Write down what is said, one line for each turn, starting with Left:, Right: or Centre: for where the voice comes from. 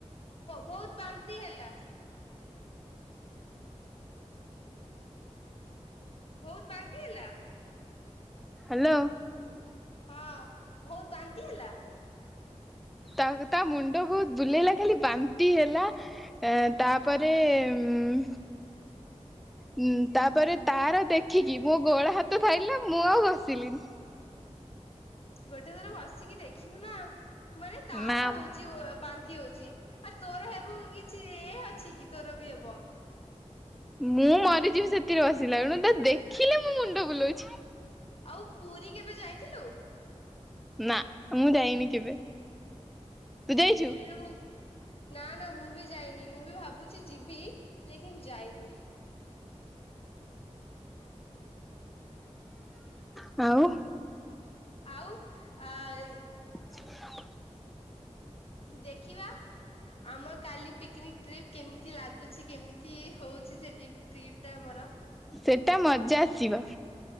Left: ବହୁତ ବାନ୍ତି ହେଲା, ବହୁତ ବାନ୍ତି ହେଲା?
Centre: ହାଲୋ
Left: ହଁ, ବହୁତ ବାନ୍ତି ହେଲା?
Centre: ତା, ତା ମୁଣ୍ଡ ବହୁତ ବୁଲେଇଲା ଖାଲି ବାନ୍ତି ହେଲା, ଏ ତାପରେ ଉଁ ଉଁ, ତାପରେ ତାର ଦେଖିକି ମୋ ଗୋଡ ହାତ ଥରିଲା, ମୁଁ ଆଉ ବସିଲିନି।
Left: ଗୋଟେ ଥର ବସିକି ଦେଖିବୁ ନା? ମାନେ ତାର
Centre: ନା
Left: ହଉଛି ବା ନ୍ତି ହଉଛି। ଆଉ ତୋର ହେବ କିଛି ଏ ଅଛି କି ତୋର ବି ହେବ?
Centre: ମୁଁ ମରିଯିବି ସେଥିରେ ବସିଲା ବେଳକୁ, ତାକୁ ଦେଖିଲେ ମୋ ମୁଣ୍ଡ ବୁଲଉଛି।
Left: ଆଉ ପୁରୀ କେବେ ଯାଇଥିଲୁ?
Centre: ନା, ମୁଁ ଯାଇନି କେବେ। ଯାଇଛୁ?
Left: ପୁରୀରୁ, ନା, ନା, ମୁଁ ବି ଯାଇନି। ମୁଁ ବି ଭାବୁଛି ଯିବି। ଲେକିନ୍ ଯାଇନି।
Centre: <unintelligible> ଆଉ
Left: ଆଉ, ଆ, ଇ
Centre: <inaudible>
Left: ଦେଖିବା ଆମ କାଲି ପିକନିକ ଟ୍ରିପ୍ କେମିତି ଲାଗୁଛି କେମିତି ହଉଛି ସେ ଟିପ ଟ୍ରିପ୍ଟ ଟା ଆମର। ଆମ
Centre: ସେଟା ମଜା ଆସିବ।